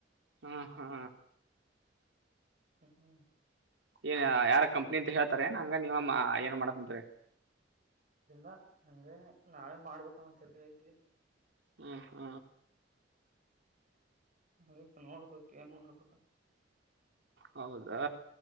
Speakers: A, on the right; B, on the right.
A: ಅ ಹ.
B: ಹ್ಮ್
A: ಏನ್ ಯಾರ
B: ಹ್ಮ್
A: ಕಂಪ್ನಿ ಅಂತ ಹೇಳ್ತಾರ ಏನ್ ಹಂಗ್ ನೀವ್ ಮ ಆ ಏನ್ ಮಾಡಾಕ್ <unintelligible>
B: ಇಲ್ಲ ಹಂಗ ನಾವೇ ಮಾಡ್ಬೇಕು ಅನ್ನುದ್ ತೇರೆ ಐತಿ.
A: ಹ್ಮು ಹ.
B: ಅದಕ್ಕ್ ನೋಡ್ಬೇಕ ಏನ್ ಮಾಡ್ಬೇಕ.
A: ಹೌದಾ